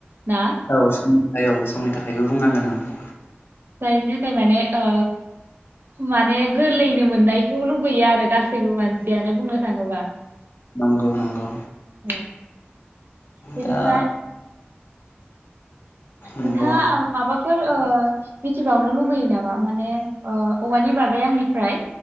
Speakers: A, on the right (about 60°); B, on the left (about 65°).
A: ना
B: औ समनि थाखाय औ समनि थाखायबो बुंनांगोन ओं।
A: जायाय माने ओ माने <unintelligible> गोरलैयैनो मोननायखौ लुबैयो आरो गासैबो मानसियानो बुंनो थाङोबा।
B: नंगौ नंगौ।
A: औ। बेनिफ्राय
B: दा। नंगौ
A: नोंथाङा माबाफोर ओ मिथिबावनो लुुबैयो नामा माने औवानि बागै आंनिफ्राय